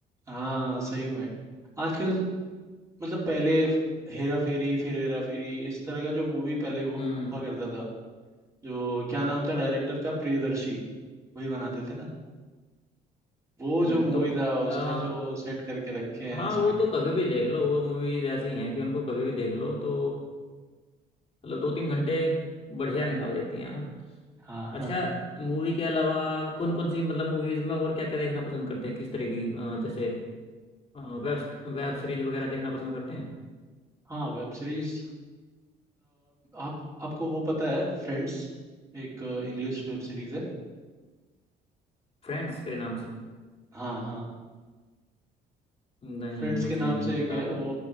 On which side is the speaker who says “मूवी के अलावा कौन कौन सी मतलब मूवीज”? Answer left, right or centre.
Left